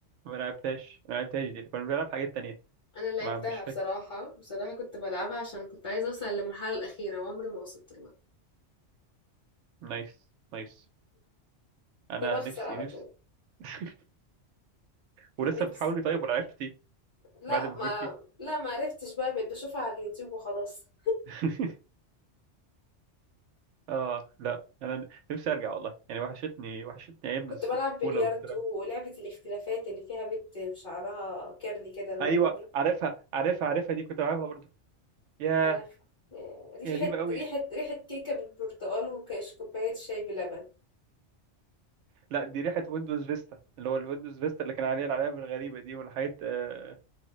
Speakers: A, on the right (about 80°); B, on the left (about 25°).
A: ما لعبتهاش ما لعبتهاش دي كنا بنلعب حاجات تانية
B: انا لعبتها
A: ما مش فاكر
B: بصراحه بصراحه كنت بلعبها عشان كنت عايزه اوصل للمرحله الاخيره وعمري ما وصلت لها
A: نايس نايس انا
B: كنت بخسر
A: نفسي
B: على
A: نفسي
B: طول
A: <laughs>
B: كان
A: ولسه
B: نفسي
A: بتحاولي طيب ولا عرفتي
B: لا
A: بعد ما
B: ما
A: كبرتي
B: لا ما عرفتش بقى بقيت بشوفها على اليوتيوب وخلاص
A: <laughs> اه لا انا نفسي ارجع والله يعني وحشتني وحشتني ايام
B: كنت
A: الطفوله
B: بلعب بلياردو
A: والذكريات
B: ولعبة الاختلافات اللي فيها بنت بشعرها كيرلي كده لونه
A: ايوه
B: بني
A: عارفها عارفها عارفها دي كنت بلعبها برضه ياه
B: آه، آه، ريحة
A: يا قديمة قوي
B: ريحة
A: دي
B: ريحة كيكة بالبرتقال وكاش كوباية شاي بلبن
A: لا دي ريحة ويندوز فيستا اللي هو الويندوز فيستا اللي كان عليه العلامة الغريبة دي والحاجات آه،